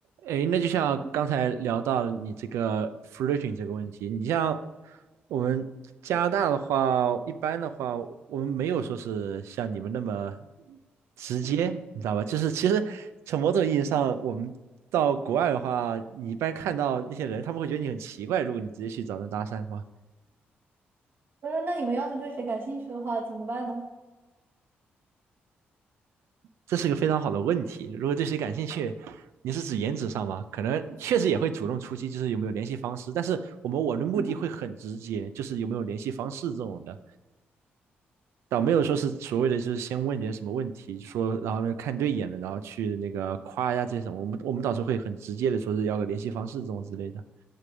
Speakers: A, on the right; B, on the right.
A: 诶，那就像刚才聊到你这个
B: 嗯
A: flirting 这个问题，你像我们加拿大的话，一般的话，我们没有说是像你们那么直接，
B: 哼
A: 你知道吧？就是其实从某种意义上，我们到国外的话，你一般看到那些人，他们会觉得你很奇怪，如果你直接去找人搭讪的话。
B: 不是。那你们要是对谁感兴趣的话，怎么办呢？
A: 这是一个非常好的问题。如果对谁感兴趣，你是指颜值上吗？可能确实也会主动出击，就是有没有联系方式。但是我们我的目的会很直接，
B: 嗯哼，
A: 就是有没有联系方式这种的，倒没有说是所谓的就是先问点什么问题，说然后呢看对眼了，然后去那个夸呀这些什么。我们我们倒是会很直接的说是要个联系方式这种之类的。